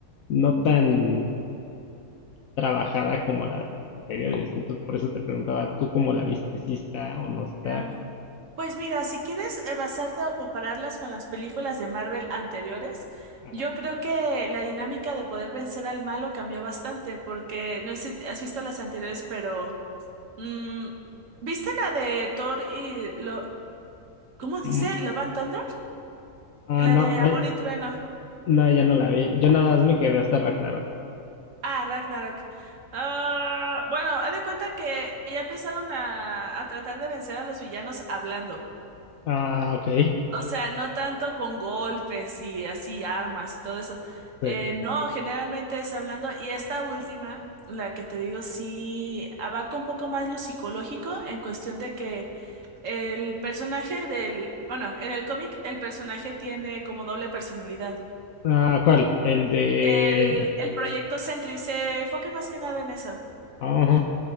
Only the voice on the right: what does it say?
no. Pues mira, si quieres eh, basarte o compararlas con las películas de Marvel anteriores,
yo creo que la dinámica de poder vencer al malo cambió bastante, porque no sé si has visto las anteriores, pero mm, ¿viste la de Thor y lo, ¿cómo dice?
¿Love and Thunder?
La
de
Amor y Trueno.
Ah, Ragnarok. Ah, bueno, haz de cuenta que ya empezaron a, a tratar de vencer a los villanos hablando.
O sea, no tanto con golpes y así armas y todo eso.
Eh, no, generalmente es hablando. Y esta última, la que te digo, sí abarca un poco más lo psicológico en cuestión de que el personaje del, bueno, en el cómic el personaje tiene como doble personalidad.
El, el proyecto Sentry se enfoca más que nada en eso,